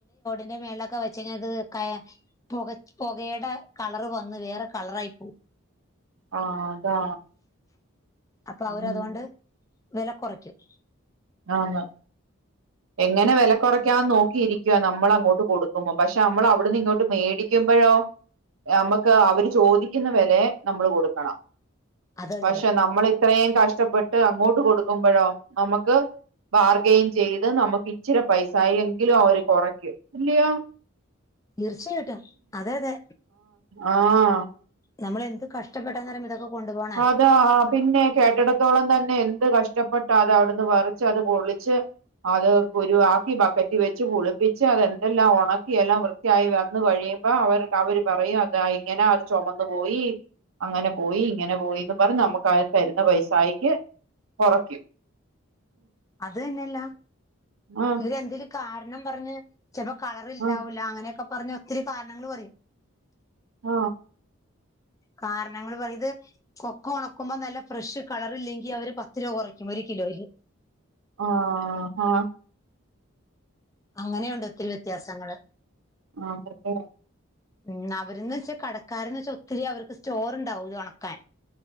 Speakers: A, on the left (about 15°); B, on the right (about 75°).
A: ന്റെ മേളിലൊക്കെ വെച്ച് കഴിഞ്ഞ അത് പുക പുകയുടെ കളർ വന്ന് വേറെ കളറായി പോവും
B: ആഹ അതാ
A: അപ്പൊ അവര്
B: ഉം
A: അതുകൊണ്ട് വില കുറക്കും
B: ആഹ ഹ എങ്ങനെ വില കുറയ്ക്കാന്ന് നോക്കിയിരിക്കവാ നമ്മൾ അങ്ങോട്ട് കൊടുക്കുമ്പോം പക്ഷെ നമ്മൾ അവിടുന്ന് ഇങ്ങോട്ട് മേടിക്കുമ്പോഴോ നമുക്ക് അവര് ചോദിക്കുന്ന വിലയെ നമ്മള് കൊടുക്കണം
A: അതെ അതെ
B: പക്ഷെ
A: അതെ
B: നമ്മൾ ഇത്രയും കഷ്ടപ്പെട്ട് അങ്ങോട്ട് കൊടുക്കുമ്പോഴോ നമുക്ക് ബാർഗെയിൻ ചെയ്ത് നമുക്ക് ഇച്ചിരി പൈസ ആ എങ്കിലും അവര് കുറയ്ക്കും ഇല്ലയോ
A: തീർച്ചയായിട്ടും അതെ അതെ
B: ആഹ
A: നമ്മള് എന്ത് കഷ്ടപ്പെട്ടന്നറിയാമോ ഇതൊക്കെ കൊണ്ടുപോണേ
B: അതാ പിന്നെ കേട്ടിടത്തോളം തന്നെ എന്ത് കഷ് ഷ്ടപ്പെട്ട് അത അവിടുന്ന് വരച്ച് അത് പൊള്ളിച്ച് അത് കുരുവാക്കി ബക്കറ്റ് വെച്ച് കുളിപ്പിച്ച് അത് എന്തെല്ലാം ഉണക്കി എല്ലാം വൃത്തിയായി വന്ന വഴിയ അപ്പോ അവര് അവര് പറയും അത് ഇങ്ങനെ അത് ചുമന്നു പോയി അങ്ങനെ പോയി ഇങ്ങനെ പോയിന്നു പറഞ്ഞ് നമുക്ക് അവര് തരുന്ന പൈസായിട്ട് കുറയ്ക്കും
A: അത് തന്നെയല്ല
B: ആഹ്
A: ഇവര് എന്തേലും കാരണം പറഞ്ഞ് ചിലപ്പോ കളർ ഇണ്ടാവൂല
B: ആഹ്
A: അങ്ങനെയൊക്കെ പറഞ്ഞ ഒത്തിരി കാരണങ്ങൾ പറയും
B: ആ
A: കാരണങ്ങള് പറയത് കൊക്ക ഉണക്കുമ്പോ നല്ല ഫ്രഷ് കളർ ഇല്ലെങ്കി അവര് പത്ത് രൂപ കുറയ്ക്കും ഒരു കിലോയില്
B: ആ ആ
A: അങ്ങനെയുണ്ട് ഒത്തിരി വ്യത്യാസങ്ങള്
B: ആ <unintelligible>
A: മ് അവർന്ന് വെച്ചാ കടക്കാരന്ന് വെച്ചാ ഒത്തിരി അവർക്ക് സ്റ്റോർ ഉണ്ടാവും ഇത് ഉണക്കാൻ